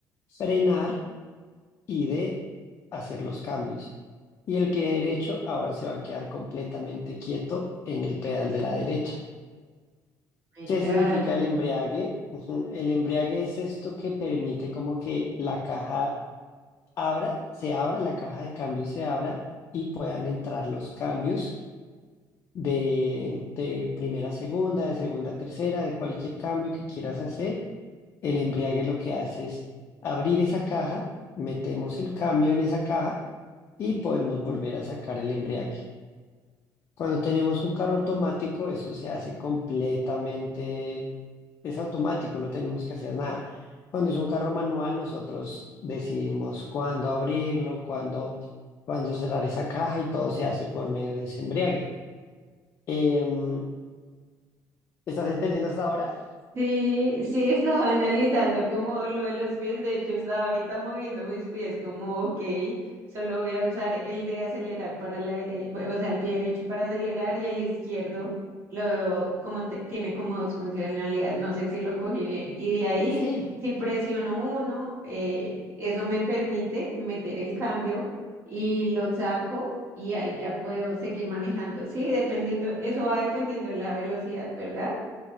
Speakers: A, on the left (about 35°); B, on the right (about 35°).
A: frenar y de hacer los cambios. Y el pie derecho ahora se va a quedar completamente quieto en el pedal de la derecha.
B: My
A: ¿Qué
B: God.
A: significa el embriague? Ujú, El embriague es esto que permite como que la caja abra, se abra, la caja de cambios se abra y puedan entrar los cambios de, de primera a segunda, de segunda a tercera, de cualquier cambio que quieras hacer. El embriague lo que hace es abrir esa caja, metemos el cambio en esa caja y podemos volver a sacar el embriague. Cuando tenemos un carro automático, eso se hace completamente es automático, no tenemos que hacer nada. Cuando es un carro manual, nosotros decidimos cuándo abrirlo, cuándo, cuándo cerrar esa caja y todo se hace por medio de ese embriague. Em, ¿estás entendiendo hasta ahora?
B: Sí, sí, estaba <laughs> analizando como lo de los pies. De hecho, estaba ahorita moviendo mis pies como, ok, solo voy a usar el de acelerar para la derecha, o sea, el pie derecho para acelerar y el izquierdo lo veo como te- tiene como dos funcionalidades. No sé si lo cogí bien. Y de ahí,
A: Sí,
B: si presiono uno, eh, eso me permite meter el cambio y lo saco y ahí ya puedo seguir manejando. Sí, dependiendo, eso va dependiendo de la velocidad, ¿verdad?